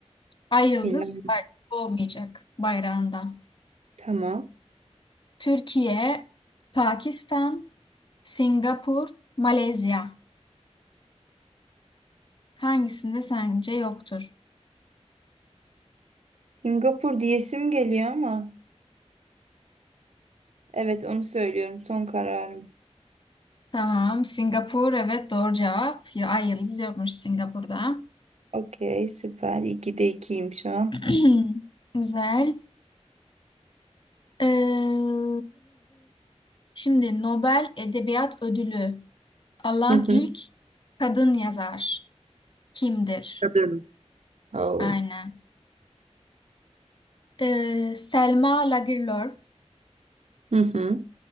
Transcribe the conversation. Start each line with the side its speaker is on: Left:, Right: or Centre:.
Left: Ay yıldız
Right: Milan.
Left: bay- olmayacak bayrağında.
Right: Tamam.
Left: Türkiye, Pakistan, Singapur, Malezya. Hangisinde sence yoktur?
Right: Singapur diyesim geliyor ama. Evet onu söylüyorum. Son kararım.
Left: Tamam, Singapur evet doğru cevap. Ya, ay yıldız yokmuş Singapur'da.
Right: Okey. Süper. İkide ikiyim şu an.
Left: <clears throat> Güzel. Ee, şimdi Nobel Edebiyat Ödülü alan
Right: Hı hı.
Left: ilk kadın yazar kimdir?
Right: Kadın. Oh.
Left: Aynen. Ee, Selma Lagerlöf,
Right: Hı hı.